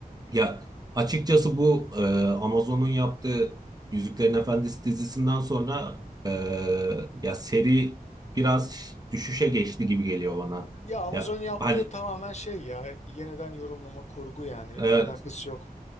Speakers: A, on the right; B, on the left.
A: Ya açıkçası bu e, Amazon'un yaptığı Yüzüklerin Efendisi dizisinden sonra e, ya seri biraz düşüşe geçti gibi geliyor bana.
B: Ya Amazon
A: Ya
B: yaptığı
A: hani
B: tamamen şey ya. Yeniden yorumlama kurgu yani.
A: e,
B: Alakası yok.